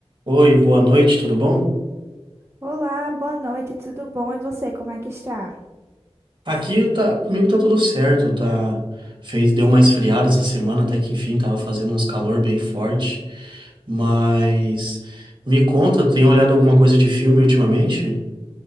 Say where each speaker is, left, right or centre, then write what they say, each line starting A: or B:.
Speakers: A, on the right (about 45°); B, on the right (about 25°).
A: Oi, boa noite, tudo bom?
B: Olá, boa noite, tudo bom? E você, como é que está?
A: Aqui tá, comigo tá tudo certo, tá, fez, deu uma esfriada essa semana, até que enfim, tava fazendo uns calor bem forte, mas me conta, tem olhado alguma coisa de filme ultimamente?